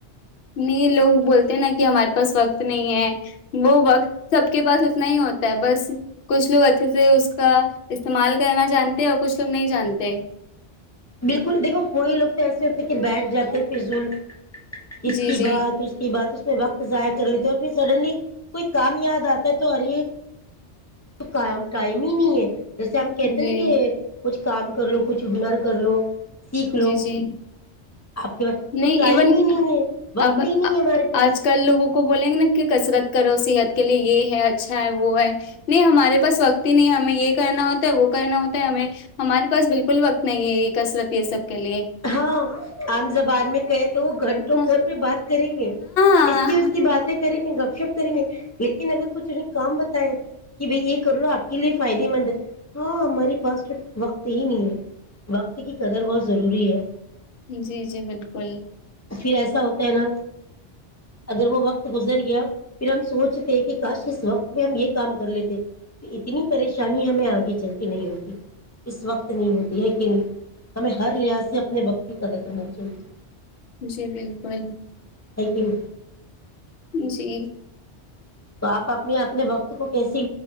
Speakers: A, on the left; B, on the left.
A: نہیں لوگ بولتے نا کہ ہمارے پاس وقت نہیں ہے وہ وقت سب کے پاس اتنا ہی ہوتا ہے بس کچھ لوگ اچھے سے اس کا استعمال کرنا جانتے ہیں اور کچھ لوگ نہیں جانتے
B: بالکل دیکھو کوئی لوگ تو ایسے بیٹ جاتے پضول اس
A: جی
B: کی
A: جی
B: بات اس کی بات اس وقت ضائع کر لیتے ہیں اور پھر سڈنلی کوئی کام یاد آتا ہے تو ار کام ٹ م نہیں ہے جیسے ہم کہتے
A: جی
B: ہیں ن کہ کچھ کام کر لو کچھ ہنر کر لو سیکھ لو
A: جی جی
B: آپ کے پاس تو
A: نہیں
B: ٹائم
A: ایون
B: ہی نہیں ہے وقت
A: اب
B: ہی نہیں ہے ہمارے پاس
A: آج کل لوگوں کو بولیں گے نا کہ کسرت کرو صحت کے لیے یہ ہے اچھا ہے وہ ہے نہیں ہمارے پاس وقت نہیں ہمیں یہ کہنا ہوتا ہے وہ کہنا ہوتا ہے ہمیں ہمارے پاس بالکل وقت نہیں ہے یہ کثرت یہ سب لیے
B: ہاں عام زبان میں کہے تو وہ گھنٹوں
A: ہاں
B: فون پہ بات کریں گے
A: ہاں
B: اس
A: ہاں
B: کی اس کی باتیں کریں گے گپ شپ کریں گے لیکن اگر کچھ انہیں کام بتایا کہ بھائی یہ کر لو آپ کے لیے فائدے مند ہے ہاں ہماری پاس پھر وقت ہی نہیں ہے وقت کی قدر بہت ضروری ہے
A: جی جی بالکل
B: پھر ایسا ہوتا ہے نا اگر وہ وقت گزر گیا پھر ہم سوچتے کہ کاش اس وقت پہ ہم یہ کام کر لیتے اتنی پریشانی ہمیں آگے چل کے نہیں ہو اس وقت نہیں ہوتی ہے کہ نہیں ہمیں ہر لحاظ سے اپنے وقت کہ کد ک نہ چل ج
A: جی بالکل
B: تیکن
A: جی
B: تو آپ اپنے اپنے وقت کو کیسی